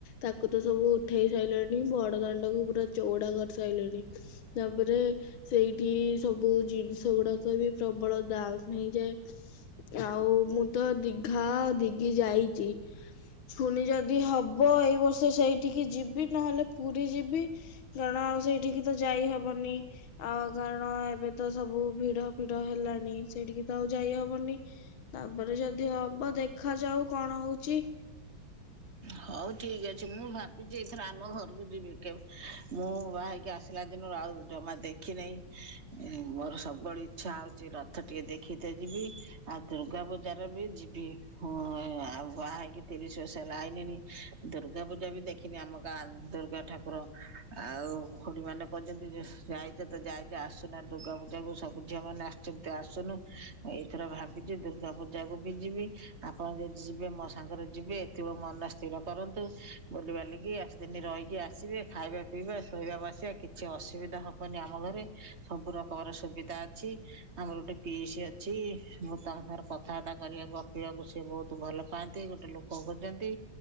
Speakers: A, on the left; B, on the right.
A: ତାକୁ ତ ସବୁ ଉଠେଇ ସାଇଲେଣି ବଡ ଦାଣ୍ଡକୁ ପୁରା ଚଉଡା କରସାଇଲେଣି। ତାପରେ ସେଇଠି ସବୁ ଜିନିଷ ଗୁଡା ସବୁ ବିି ପ୍ରବଳ ଦାମ୍ ହେଇଯାଏ। ଆଉ ମୁଁ ତ ଦିଘା, ଆଉ ଦିଗି ଯାଇଚି। ଫୁଣି ଯଦି ହବ ଏଇ ବର୍ଷ ସେଇଠିକି ଯିବି ନହଲେ ପୁରୀ ଯିବି। କାରଣ ଆଉ ସେଇଠିକି ତ ଯାଇ ହବନି ଆ କାରଣ ଏବେ ତ ସବୁ ଭିଡ ଭିଡ ହେଲାଣି ସେଠିକି ତ ଆଉ ଯାଇହବନି। ତାପରେ ଯଦି ହବ ଦେଖାଯାଉ କଣ ହଉଛି।
B: ହଉ ଠିକ୍ ଅଛି ମୁଁ ଭାବିଛି ଏଇଥର ଆମ ଘରକୁ ଯିବି। କେ ମୁଁ ବାହା ହେଇକି ଆସି ଆସିଲା ଦିନରୁ ଆଉ ଜମା ଦେଖିନାହିଁ ମୋର ସବୁବେଳେ ଇଚ୍ଛା ହଉଛି। ଥ ଟିକେ ଦେଖିତେ ଯିବି ଆଉ ଦୁର୍ଗା ପୂଜାରେ ବି ଯିବି। ହଁ ଆଉ ବାହା ହେଇକି ତିରିଶ ବର୍ଷ <unintelligible> ଦୁର୍ଗା ପୂଜା ବି ଦେଖିନି ଆମ ଗାଁ ଦୁର୍ଗା ଠାକୁର। ଆଉ ଖୁଡିମାନେ କହିଛନ୍ତି ଯେ ଯାଇଛେ ତ ଯାଇଛେ ଆସୁନା ଦୁର୍ଗା ପୂଜାକୁ ସବୁ ଝିଅମାନେ ଆସୁନୁ। ମୁଁ ଏଇଥର ଭାବିଛିି ଦୁର୍ଗା ପୂଜା କୁ ବି ଯିବି ଆପଣ ଯଦି ଯିବେ ମୋ ସାଙ୍ଗରେ ଯିବେ। ଥିବ ମନ ସ୍ଥିର କରନ୍ତୁ। ବୁଲିିବାଲିକି ଆଠ ଦିନ ରହିକି ଆସିବେ ଖାଇବା ପିଇବା ଶୋଇବା ବସିବା। କିଛି ଅସୁବିଧା ହବନି ଆମ ଘରେ ସବୁ ରକମର ସୁବିଧା ଅଛି। ଆମର ଗୋଟେ ପିଇସି ଅଛି। ମୁଁ ତାଙ୍କ ସାଙ୍ଗରେ କଥାବାର୍ତ୍ତା କରିବାକୁ ଗପିବାକୁ ସିଏ ବହୁତ ଭଲ ପାଆନ୍ତି। ଗୋଟେ ଲୋକ ଖୋଜନ୍ତି।